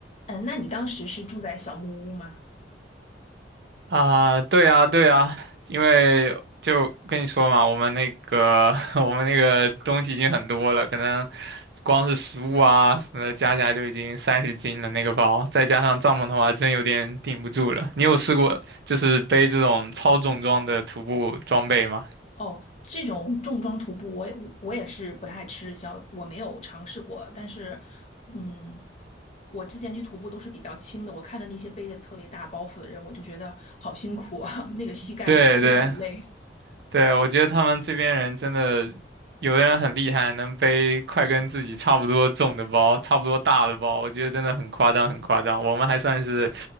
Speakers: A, on the left; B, on the right.
A: 嗯，那你当时是住在小木屋吗？
B: 啊，对啊，对啊，因为就跟你说嘛，我们那个 <laughs> 我们那个东西已经很多了，可能光是食物啊什么的加起来就已经三十斤了那个包，再加上帐篷的话，真有点顶不住了。你有试过就是背这种超重装的徒步装备吗？
A: 哦，这种重装徒步我也，我也是不太吃小，我没有尝试过。但是，嗯，我之前去徒步都是比较轻的，我看的那些背的特别大包袱的人，我就觉得好辛苦啊，<laughs> 那个膝盖应该会很累。
B: 对对。对，我觉得他们这边人真的，有的人很厉害，能背快跟自己差不多重的包，差不多大的包，我觉得真的很夸张，很夸张。我们还算是